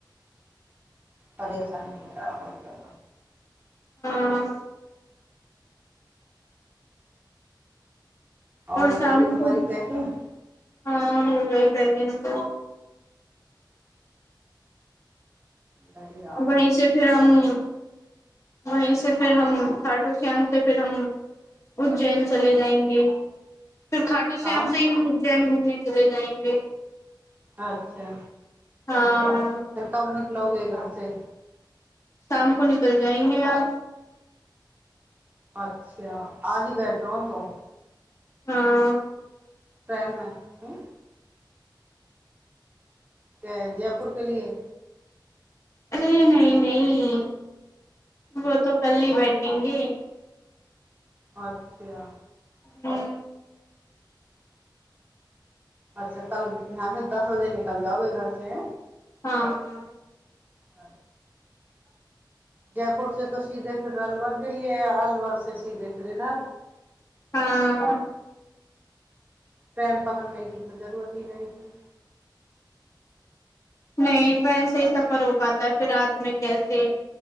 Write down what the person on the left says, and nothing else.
ह
आओर शाम
को
हँ पेकिंग तो
वहि से फेर हम वही से फेर हम खाटू श्याम से फेर हम उज्जैन
चले जाएंगे फिर खाटू
श्याम से ही हम उज्जैन घुमे चले जाएंगे
हँ
शाम को निकल जाएंगे आज
हाँ
नहि नहि नहि वो तो कल ही बैठ बेढेंगे
हँ
हँ
हाँ
नहि ट्रेन से सफर हो पाता है फेर रात मे कैसे